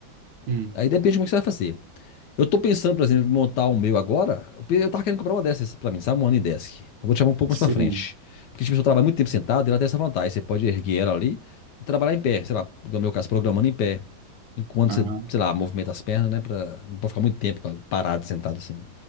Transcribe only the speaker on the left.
Aí depende de como é que você vai fazer. Eu tô pensando, por exemplo, em montar o meu agora. Eu pe- eu tava querendo comprar uma dessas pra mim, sabe? Uma Anidesk. Eu vou te chamar um pouco
mais pra frente. Porque, tipo, se eu trabalho muito tempo sentado, ela tem essa vantagem. Você pode erguer ela ali e trabalhar em pé. Sei lá, no meu caso, programando em pé. Enquanto
você, sei lá, movimenta as pernas, né? Pra... Não pode ficar muito tempo parado, sentado assim.